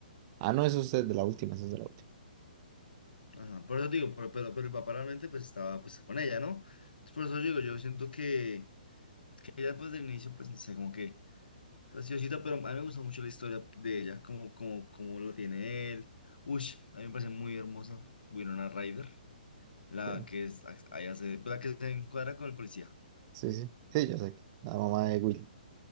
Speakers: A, on the right (about 35°); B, on the left (about 80°).
A: Ah, no, eso es de la última, eso es de la última.
B: ajá, por eso digo, pero, pero, pero el papá realmente, pues, estaba, pues, con ella, ¿no? Entonces, por eso digo, yo siento que, que ella, pues, del inicio, pues, no sé, como que Graciosita, pero a mí me gusta mucho la historia de ella, como, como, como lo tiene él. Ush, a mí me parece muy hermosa Winona Ryder, la
A: Sí,
B: que es, ahí hace, pues, la que se encuadra con el policía.
A: sí, sí, Sí, yo sé. La mamá de Will.